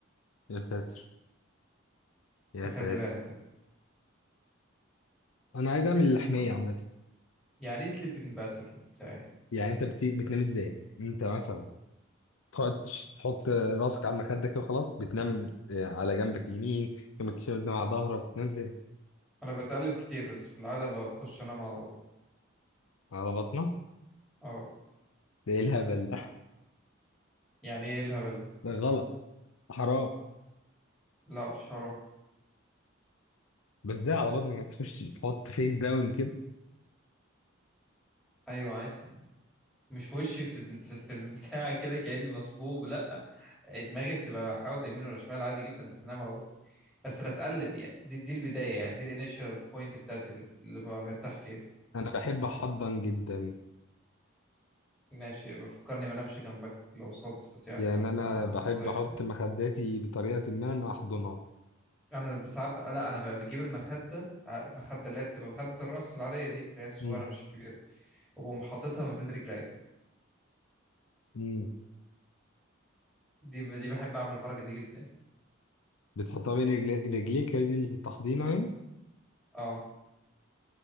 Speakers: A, on the left (about 75°); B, in the centre.
A: يا ساتر يا
B: فخلي
A: ساتر
B: بالك يعني
A: انا عايز اعمل اللحميه
B: و-
A: عامه
B: يعني ايه سليبنج باترن بتاعي
A: يعني انت بت... بتنام ازاي انت مثلا تقعد تش- تحط راسك على مخدك كده وخلاص بتنام آه، على جنبك اليمين جنبك الشمال بتنام على ظهرك بتنام ازاي
B: انا بتقلب كتير بس في العاده بخش انام على بطني
A: على بطنك
B: اه
A: ده ايه الهبل ده <laughs>
B: يعني ايه الهبل ده؟
A: ده غلط حرام
B: لا مش حرام
A: بس ازاي على بطنك يعني تخش تحط فيس داون كده
B: ايوه عادي مش وشي في ال- في, في البتاع <laughs> كده كاني مصبوب لا دماغي بتبقى حاوده يمين ولا شمال عادي جدا بس انام على بطني بس بتقلب يعني دي, دي البدايه يعني دي الانيشال بوينت بتاعتي اللي, بت- اللي ببقى مرتاح فيها
A: انا بحب احضن جدا
B: ماشي بفكرني ما انامش جنبك لو صدفت يعني
A: يعني
B: واحنا
A: انا بحب
B: صيفنا
A: احط مخداتي بطريقه ما انا احضنها
B: انا ساعات ب... لا انا ب- بجيب المخده ع- مخده اللي هي بتبقى مخده الراس العاديه دي اللي هي الصغيره
A: امم
B: مش الكبيره وبقوم حاططها ما بين رجليا
A: امم
B: دي ب... دي بحب اعمل الحركه دي جدا
A: بتحطها بين رجلي- رجليك هي دي التحضينه يعني
B: اه